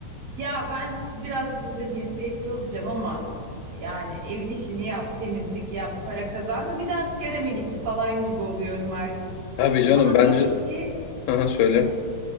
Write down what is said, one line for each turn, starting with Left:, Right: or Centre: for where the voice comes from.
Right: Ya ben biraz burada cinsiyetçi olacağım ama yani evin işini yap, temizlik yap, para kazanma, bir de askere mi git falan gibi oluyorum artık.
Left: Tabii canım
Right: Ama
Left: bence
Right: tabii ki
Left: <laughs> Aha, söyle.